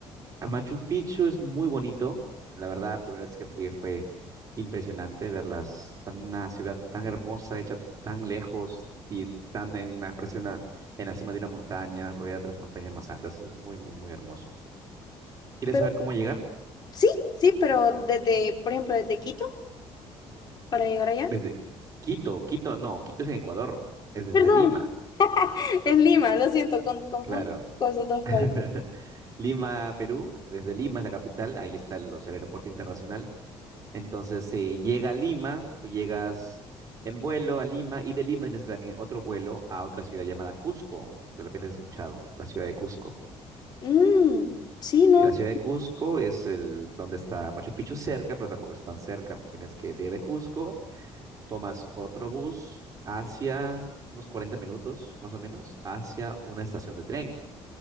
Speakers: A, on the right (about 30°); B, on the left (about 40°).
A: a Machu Picchu es muy bonito. La verdad, la primera vez que fui fue impresionante verlas, tan, una ciudad tan hermosa, hecha tan lejos y tan en una, parece una- en la cima de una montaña, rodeada de otras montañas más altas. Es muy, muy, muy hermoso. ¿Quieres
B: Pero,
A: saber cómo llegar?
B: sí, sí, pero desde, por ejemplo, desde Quito para llegar allá.
A: Desde Quito, Quito, no, Quito es en Ecuador, es desde
B: Perdón,
A: Lima,
B: <laughs> es Lima, lo siento, con, confundo
A: claro.
B: con esos dos
A: <laughs>
B: países.
A: Lima, Perú, desde Lima es la capital, ahí está el, los- el aeropuerto internacional. Entonces se llega a Lima, tú llegas en vuelo a Lima y de Lima tienes que también otro vuelo a otra ciudad llamada Cusco. De repente has escuchado, la ciudad de Cusco.
B: Mm, sí, ¿no?
A: Eh, La ciudad de Cusco es el donde está Machu Picchu cerca, pero tampoco es tan cerca. Tienes que de de Cusco. tomas otro bus hacia unos 40 minutos, más o menos, hacia una estación de tren.